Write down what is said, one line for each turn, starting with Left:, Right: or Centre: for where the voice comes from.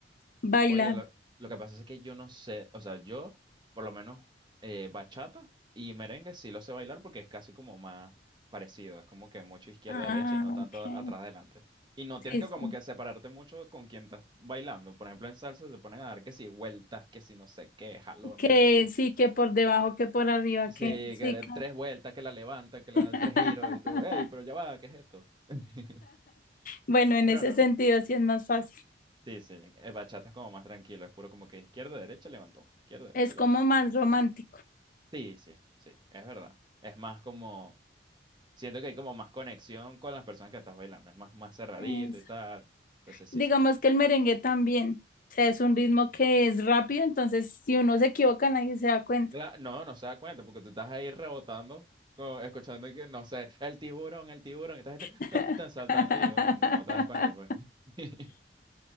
Left: bailar?
Right: Oye, lo, lo que pasa es que yo no sé, o sea, yo por lo menos eh, bachata y merengue sí lo sé bailar porque es casi como más parecido, es como que mucho izquierda-derecha
Left: Ah,
Right: y no tanto
Left: ok.
Right: atrás-adelante. Y no
Left: Sí,
Right: tienes que
Left: sí.
Right: como que separarte mucho con quien estás bailando. Por ejemplo, en salsa se ponen a dar que si vueltas, que si no sé qué, jalones.
Left: Que sí, que por debajo, que por arriba,
Right: Sí,
Left: que sí,
Right: que den
Left: claro.
Right: tres vueltas, que la levantan, que le
Left: <laughs>
Right: dan tres giros y tú, hey, pero ya va, ¿qué es esto? <laughs>
Left: Bueno, en
Right: Pero
Left: ese
Right: no.
Left: sentido sí es más fácil.
Right: Sí, sí, el bachata es como más tranquilo, es puro como que izquierda, derecha, levantón, izquierda, derecha,
Left: Es
Right: levantón.
Left: como más romántico.
Right: Sí, sí, sí, es verdad. Es más como, siento que hay como más conexión con las personas que estás bailando, es más, más cerradito
Left: Eso.
Right: y tal. Entonces sí.
Left: Digamos que el merengue también, o sea, es un ritmo que es rápido, entonces si uno se equivoca nadie se da cuenta.
Right: Cla- no, no se da cuenta porque tú estás ahí rebotando, como escuchando que, no sé, el tiburón, el tiburón, y esta gente
Left: <laughs>
Right: tan, tan saltando y uno no, no te das cuenta, pues. <laughs>